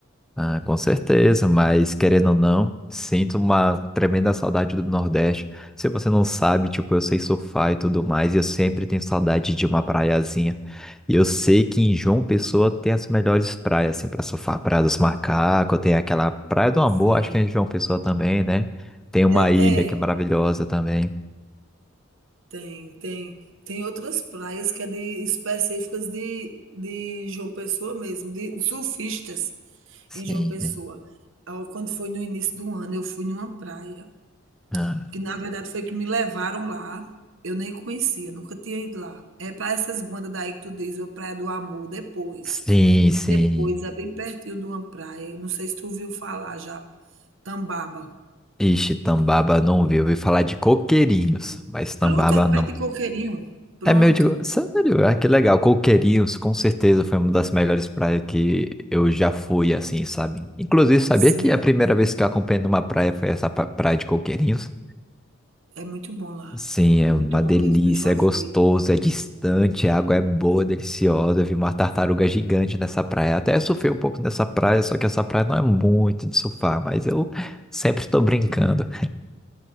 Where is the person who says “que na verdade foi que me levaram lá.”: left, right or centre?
Right